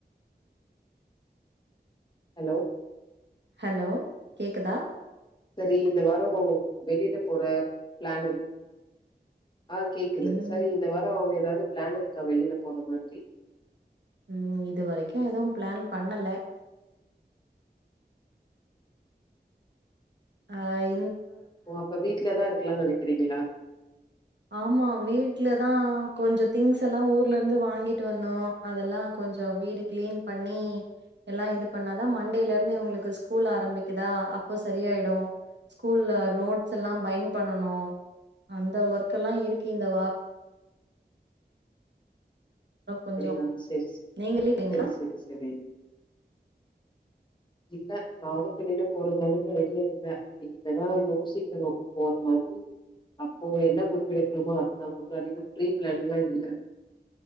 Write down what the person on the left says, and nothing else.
ஹலோ
செரி இது வர வெளியில போற பிளான் ஆஹ் கேக்குது
செரி இந்த வாரம் எதாவது பிளான் இருக்கா வெளியில போற மாதிரி
ஓ அப்ப வீட்டுலதான் இருக்கலாம்னு நினைக்கிறீங்களா
அப்படியா செரி
செரி செரி செரி இல்ல நானும் வெளில போற மாதிரி ஐடியா இல்ல இனிமேதா யோசிக்கணோம் போற மாதிரி அப்போ என்ன முடிவெடுக்கிறோமோ அதுதான் ஒண்ண அனு ப்ரீ பிளானிங்லாம் இல்ல